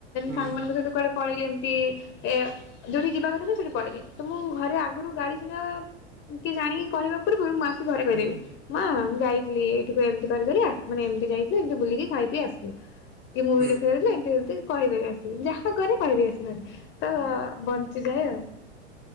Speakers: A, on the right; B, on the left.
A: ହୁଁ
B: ସାଙ୍ଗମାନଙ୍କ ସହିତ କୁଆଡେ ପଳେଇଲେ ଏମିତି ଏ ଯୋଉଠି ଯିବା କଥା ତଁ ସେଠି ପଳେଇବି ତ ମୁଁ ଘରେ ଆଗରୁ ଗାଳି ଶୁଣିବା କିଏ ଜାଣିକି କହିବା ପୁର୍ବରୁ ମୁଁ ଆସି ଘରେ କହିଦେବି।
A: ହୁଁ
B: ମା ମୁଁ ଯାଇଥିଲି ଏଇଠିକୁ ଏମତି କରି କରି ମାନେ ଏମିତି ଯାଇଥିଲୁ ଏମିତି ବୁଲିକି ଖାଇକି ଆସିଲୁ। କି ମୁଭି
A: ହୁଁ
B: ଦେଖିଯାଇଥିଲୁ ଏମତି ସେମତି କହିଦେବି ଆସିବି ଯାହା କରେ କହିଦେବି ଆସି ତ ଚି ଯାଏ ଆଉ